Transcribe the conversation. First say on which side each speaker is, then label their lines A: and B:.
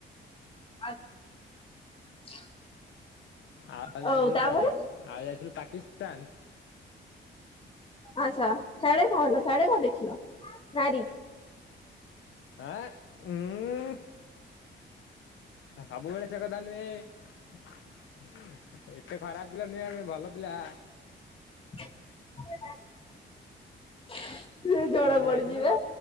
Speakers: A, on the left; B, on the left.
A: <inaudible> <inaudible>
B: ଆଉ
A: ହଉ
B: ଯାଇଥିଲୁ
A: ତାପରେ
B: କୁଆଡେ ଆଉ ଯାଇଥିଲୁ ପାକିସ୍ତାନ।
A: ଆଛା ସାଡେ କଣ ହେଲା ସାଡେ କଣ ଦେଖିଲ ନାରୀ।
B: ଆ ଉଁଉଁ। ସବୁବେଳେ ସେ କଥା ନୁହେଁ ଏତେ ଖରାପ ପିଲା ନୁହେଁ ଆମେ ଭଲ। ପିଲା।
A: <inaudible> ଜଣା
B: ଏଇଆଡେ
A: ପଡିଯିବେ
B: ଯାଇଥିଲୁ